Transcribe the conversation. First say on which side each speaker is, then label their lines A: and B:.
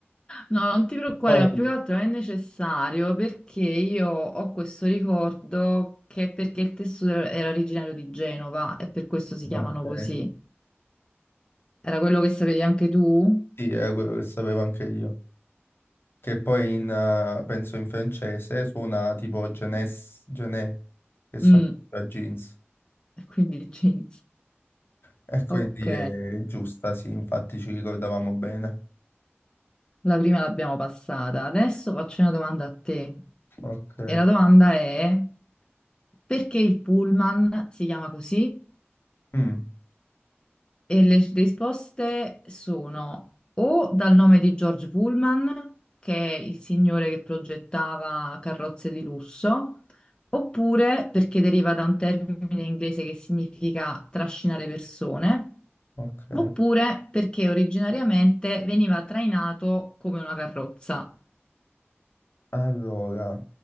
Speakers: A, on the left; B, on the left.
A: No, non ti preoccupare,
B: Siron,
A: ma più che altro è necessario perché io ho questo ricordo che è perché il tessuto era era originario di Genova e per questo si chiamano
B: ok.
A: così. Era quello che sapevi anche tu?
B: Sì, era quello che sapevo anche io, che poi in, eh, penso in francese suona tipo Genes, Gené, che sono
A: Mm,
B: jeans.
A: e quindi <laughs> jeans.
B: E quindi
A: Ok,
B: è giusta, sì, infatti ci ricordavamo bene.
A: la prima l'abbiamo passata. Adesso faccio una domanda a te.
B: Ok,
A: E la domanda è perché il pullman si chiama così?
B: Mm,
A: E le risposte sono o dal nome di George Pullman, che è il signore che progettava carrozze di lusso, oppure perché deriva da un termine inglese che significa trascinare persone,
B: ok.
A: oppure perché originariamente veniva trainato come una carrozza.
B: Allora,